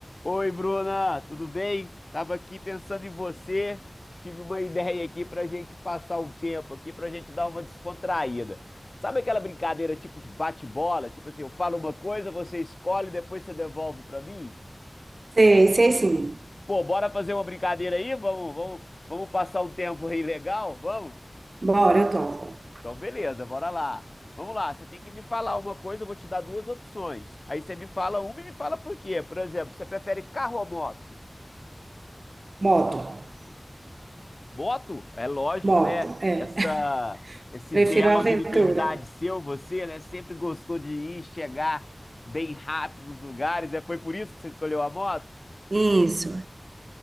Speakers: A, on the left; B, on the right.
A: Oi, Bruna, tudo bem? Tava aqui pensando em você. Tive uma ideia aqui pra gente passar um tempo aqui, pra gente dar uma descontraída. Sabe aquela brincadeira tipo de bate-bola? Tipo assim, eu falo uma coisa, você escolhe, depois você devolve pra mim?
B: Sei, sei sim.
A: Pô, bora fazer uma brincadeira aí? Vamos, vamos, vamos passar um tempo aí legal? Vamos?
B: Bora, eu topo.
A: Então, beleza, bora lá. Vamos lá, você tem que me falar uma coisa, eu vou te dar duas opções. Aí você me fala uma e me fala por quê. Por exemplo, você prefere carro ou moto?
B: Moto,
A: Voto? É lógico,
B: moto,
A: né?
B: é.
A: Essa,
B: <laughs>
A: esse
B: Prefiro
A: ideal
B: aventura.
A: de liberdade seu, você, né? Sempre gostou de ir, chegar bem rápido nos lugares, né? Foi por isso que você escolheu a moto?
B: Isso.